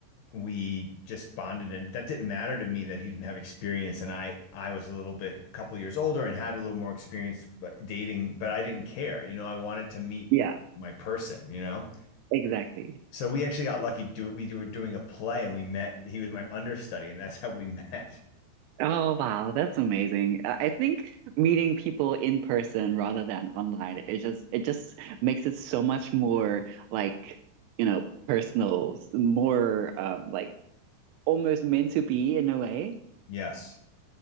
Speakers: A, on the left; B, on the right.
A: we just bonded and that didn't matter to me that he didn't have experience and i i was a little bit a couple years older and had a little more experience dating but i didn't care you know i wanted to meet
B: Yeah.
A: my person you know
B: exactly.
A: so we actually got lucky. Do we were doing a play, and we met. He was my understudy, and that's <laughs> how we met.
B: Oh, wow, that's amazing. I I think meeting people in person rather than online, it just it just makes it so much more like, you know, personal, s- more um like almost meant to be in a way.
A: Yes,